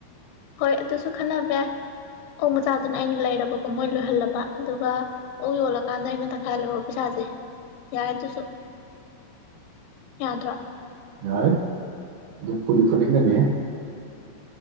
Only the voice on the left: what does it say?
ꯍꯣꯏ ꯑꯗꯨꯁꯨ ꯈꯟꯅꯕ ꯌꯥꯏ ꯑꯣꯛ ꯃꯆꯥꯗꯨꯅ ꯑꯩꯅ ꯂꯩꯔꯕꯀꯣ ꯃꯣꯏ ꯂꯣꯏꯍꯜꯂꯕ ꯑꯗꯨꯒ ꯑꯣꯛ ꯌꯣꯜꯂꯀꯥꯟꯗ ꯑꯩꯅ ꯇꯪꯈꯥꯏ ꯂꯧꯔ ꯄꯩꯁꯥꯁꯦ ꯌꯥꯏꯦ ꯑꯗꯨꯁꯨ ꯌꯥꯗ꯭ꯔꯣ